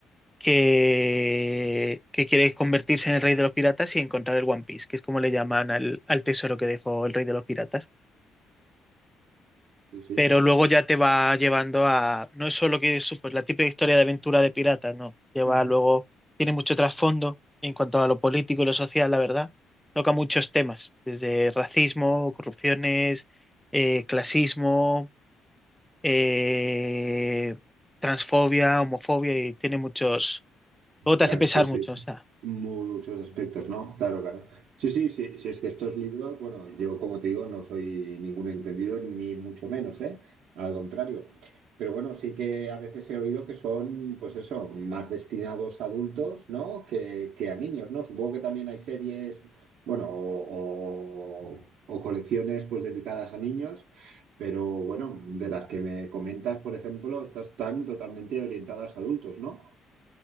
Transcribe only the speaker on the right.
sí, sí.
Ujú.
Claro,
sí, sí.
Muchos aspectos, ¿no? Claro, claro. Sí, sí, sí, sí, es que estos libros, bueno, yo como te digo, no soy ningún entendido, ni mucho menos, ¿eh? Al contrario. Pero bueno, sí que a veces he oído que son, pues eso, más destinados a adultos, ¿no? Que, que a niños, ¿no? Supongo que también hay series, bueno, o, o- o colecciones, pues dedicadas a niños, pero bueno, de las que me comentas, por ejemplo, estas están totalmente orientadas a adultos, ¿no?